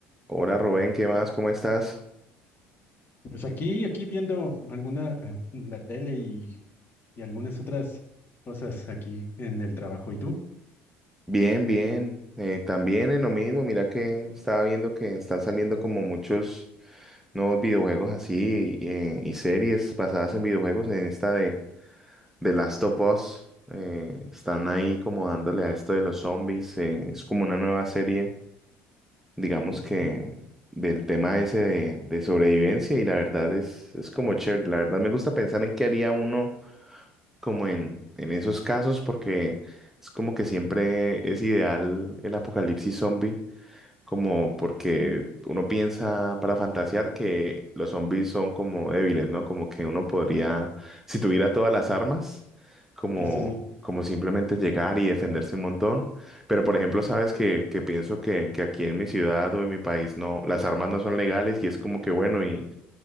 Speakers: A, in the centre; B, on the left.
A: Hola Rubén, ¿qué más? ¿Cómo estás?
B: Pues aquí, aquí viendo alguna, eh, la tele y, y algunas otras cosas aquí en el trabajo. ¿Y tú?
A: Bien, bien. Eh, también en lo mismo, mira que estaba viendo que están saliendo como muchos nuevos videojuegos así eh, y series basadas en videojuegos. En esta de The Last of Us, eh, están ahí como dándole a esto de los zombies. eh, es como una nueva serie, digamos
B: Sí, sí,
A: que
B: sí.
A: del tema ese de, de sobrevivencia y la verdad es, es como chévere. La verdad me gusta pensar en qué haría uno como en, en esos casos porque es como que siempre es ideal el apocalipsis zombie, como porque uno piensa para fantasear que los zombies son como débiles, ¿no? Como que uno podría, si tuviera todas las armas, como,
B: Sí, sí, sí.
A: como simplemente llegar y defenderse un montón. Pero por ejemplo, sabes que, que pienso que, que aquí en mi ciudad o en mi país no, las armas no son legales y es como que bueno y